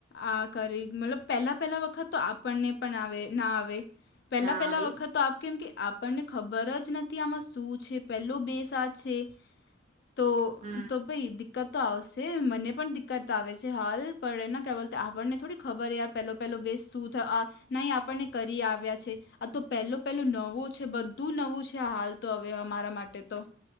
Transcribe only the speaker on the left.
આ કરી મતલબ પહેલા પહેલા વખત તો આપણને પણ આવે ના આવે. પહેલા
પહેલા વખત
તો આપ કેમ કે આપણને ખબર જ નથી આમાં શું છે પેલો બેસાજ છે. તો
દિકકત તો આવશે મને પણ દિક્કત આવે છે હાલ પણ એના ક્યા બોલ આપણને થોડી ખબર પેલો પહેલો બે શું થ ન આપણને કરી આવ્યા છે આ તો પેલો પેલો નવો છે બ બધું નવું છે હાલ તો હવે અમારા માટે તો